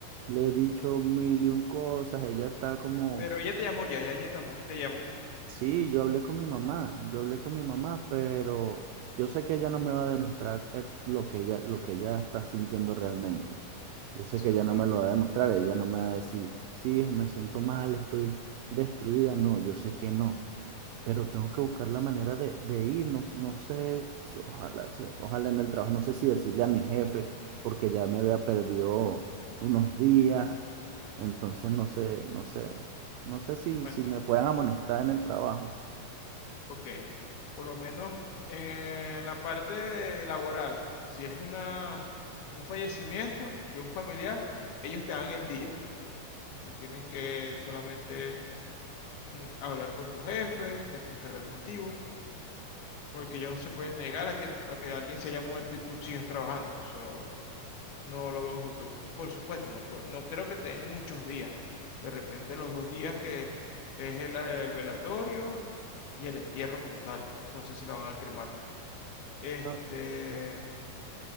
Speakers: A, on the right; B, on the left.
A: le he dicho mil y un cosas, ella está como,
B: Pero ella te llamó ya, ya ella tamo- te llamó.
A: sí, yo hablé con mi mamá, yo hablé con mi mamá, pero yo sé que ella no me va a demostrar eh, lo que ella, lo que ella está sintiendo realmente. Yo sé
B: Sí,
A: que ella
B: claro.
A: no me lo va a demostrar, ella no me va a decir, sí, hijo, me siento mal, estoy destruida. No, yo sé que no pero tengo que buscar la manera de, de ir, no, no sé, s- ojalá, se- ojalá en el trabajo, no sé si decirle a mi jefe, porque ya me había perdido unos días, entonces no sé, no sé, no sé si,
B: Bueno,
A: si me puedan amonestar en el trabajo.
B: ok. Por lo menos en la parte de laboral, si es una, un fallecimiento de un familiar, ellos te dan el día. Tú tienes que solamente mm, hablar con tu jefe, explicar el motivo, porque ellos no se pueden negar a que, a que alguien se haya muerto y tú sigas trabajando. Eso No lo veo justo. Por supuesto, no, puede- no creo que te den muchos días. De repente los dos días que es el, el velatorio y el entierro como tal. No sé si la van a cremar. Este,
A: Ah,
B: de